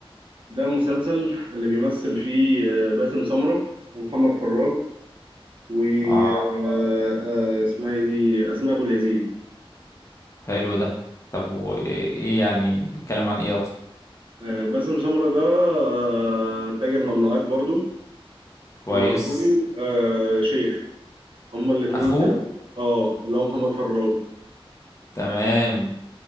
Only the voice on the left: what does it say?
اه
حلو ده طب وايه يعني بيتكلم عن ايه اصلا
كويس
اخوه
تمام